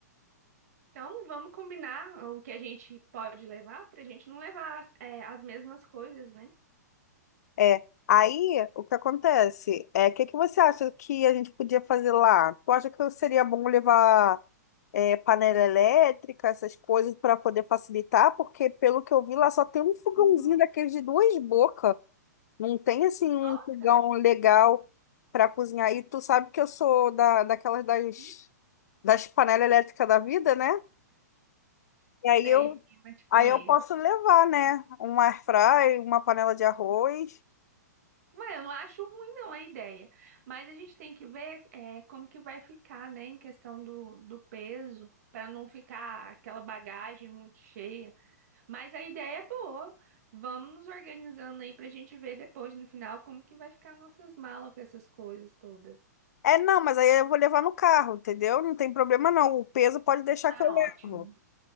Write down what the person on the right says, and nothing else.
Então, vamos combinar o que a gente pode levar pra gente não levar é, as mesmas coisas, né?
Uhum.
Nossa,
Uhum.
Sei,
prima, te conheço.
Ué, eu não acho ruim não a ideia, mas a gente tem que ver é, como que vai ficar, né, em questão do, do peso, para não ficar aquela bagagem muito cheia. Mas a ideia é boa. Vamos nos organizando aí para a gente ver depois no final como que vai ficar nossas malas com essas coisas todas.
Ah,
ótimo.